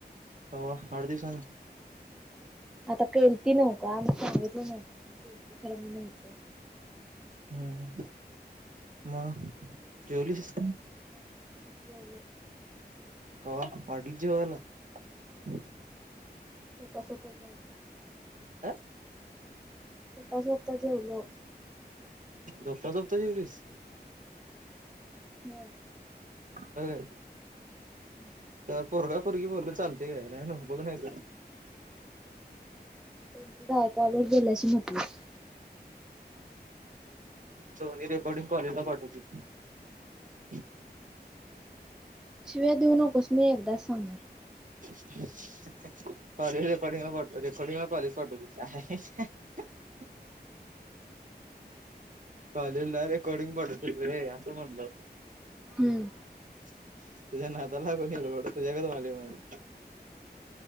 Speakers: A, on the right; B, in the centre.
A: अ आठ दिवसान
B: आता केलती नव्हका आम्ही सांगितलं नव्हत केलती खर मी नव्हतो
A: हम्म मगं, जेवलीस?
B: हो जेवलो
A: <inaudible>
B: <unintelligible>
A: काय?
B: स्वतः जेवता जेवलो
A: दपता तप्ता जवलीस
B: होय
A: होय
B: हम्म
A: त्यावर पोरगा पोरगी बोलल चालते का नाही ना बघूच
B: <unintelligible>
A: सोनी रेकॉर्डिंग कॉलेजला पाठवत्या की
B: शिव्या देऊ नकोस मी एकदा सांगणार
A: <inaudible>
B: <unintelligible>
A: कॉलेजला रेकॉर्डिंग पाठवतो रे असं म्हणलो.
B: हम्म.
A: तुझ्या नादाला लागून तुझ्या गत व्हायला माझं.